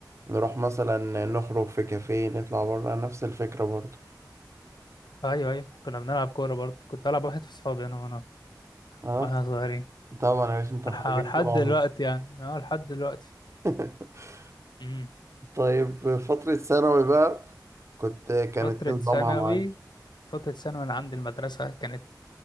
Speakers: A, on the right; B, on the left.
A: نروح مثلا نخرج في كافيه نطلع بره نفس الفكرة برضو
B: ايوه ايوه كنا بنلعب كورة برضه كنت العب واحد في صحابي انا وانا
A: اه
B: واحنا صغيرين
A: طبعا يا باشا انت
B: والح-
A: حريف
B: لحد
A: طول عمرك
B: دلوقتي يعني اه لحد دلوقتي
A: <laughs>
B: امم
A: طيب فترة ثانوي بقى كنت كانت
B: فترة
A: إيه
B: ثانوي
A: نظامها معاك
B: فترة ثانوي انا عندي المدرسة كانت